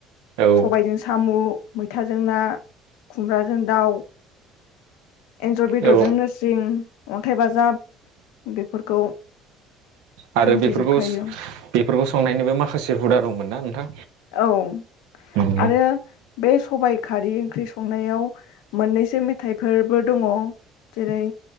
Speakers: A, on the right (about 80°); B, on the left (about 85°).
A: औ
B: सबायजों साम' मैथाजों ना खुमब्राजों दाउ एन्जर बेदरजों
A: औ
B: नोरसिं अन्थाइ बाजाब बेफोरखौ
A: आरो
B: मोनथिजोबखायो
A: बेफोरखौ बेफोरखौ संनायनिबो माखासे हुदा दंमोन ना नोंथां औ
B: औ
A: मोनो
B: आरो बे सबाइ खारै ओंख्रि संनायाव मोननैसो मोन हाथाइफोरबो दङ जेरै